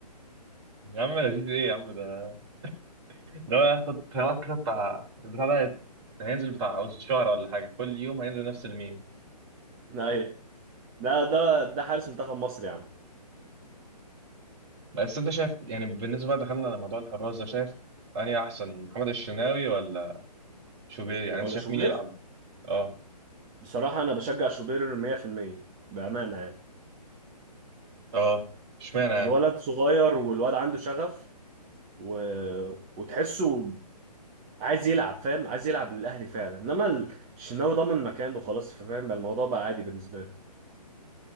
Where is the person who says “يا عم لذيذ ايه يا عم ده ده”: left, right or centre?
Right